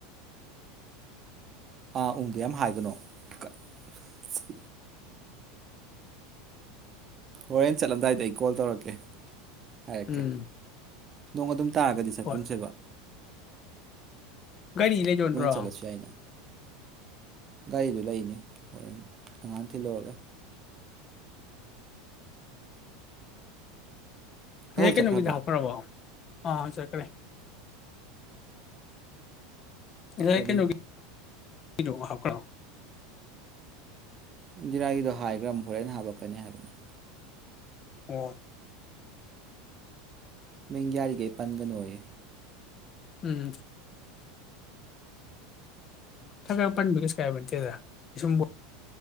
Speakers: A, on the right; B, on the left.
A: ꯑꯥ ꯎꯝ ꯑꯗꯨꯌꯥꯝ ꯍꯥꯏꯒꯅꯣ <unintelligible> ꯍꯣꯔꯦꯟ ꯆꯠꯂꯝꯗꯥꯏꯗ ꯑꯩ ꯀꯣꯜ ꯇꯧꯔꯛꯀꯦ ꯍꯥꯏꯀꯦ
B: ꯎꯝ
A: ꯅꯣꯡ ꯑꯗꯨꯝ ꯇꯥꯔꯒꯗꯤ ꯆꯠꯀꯨꯝꯁꯦꯕ
B: ꯍꯣꯏ ꯀꯔꯤ ꯂꯩꯗꯣꯟꯕ꯭ꯔꯣ
A: ꯆꯠꯂꯁꯨ ꯌꯥꯏꯅ ꯒꯥꯔꯤꯗꯨ ꯂꯩꯅꯤ ꯍꯣꯔꯦꯟ ꯑꯉꯥꯡ ꯊꯤꯜꯂꯨꯔꯒ ꯂꯧ
B: ꯍꯦꯛ
A: ꯆꯠꯈ꯭ꯔꯕ
B: ꯀꯩꯅꯣꯒꯤꯗꯤ ꯍꯥꯞꯈ꯭ꯔꯕꯣ ꯑ ꯆꯠꯀ꯭ꯔꯦ ꯌꯥꯏ
A: ꯀꯔꯤ
B: ꯀꯩꯅꯣꯒꯤ <unintelligible> ꯍꯥꯄ꯭ꯔ
A: ꯏꯟꯗꯤꯔꯥꯒꯤꯗꯣ ꯍꯥꯏꯒ꯭ꯔꯝꯅꯤ ꯃꯨꯛ ꯍꯣꯔꯦꯟ ꯍꯥꯄꯛꯀꯅꯤ ꯍꯥꯏꯕꯅꯤ
B: ꯑꯣ
A: ꯃꯤꯡ ꯌꯥꯔꯤꯒꯩ ꯄꯟꯒꯅꯣꯌꯦ
B: ꯎꯝ ꯈ꯭ꯔ ꯈꯢꯔ ꯄꯟꯕꯗꯥ ꯀꯩꯁꯨ ꯀꯥꯏꯕꯇꯦꯗ ꯁꯨꯝ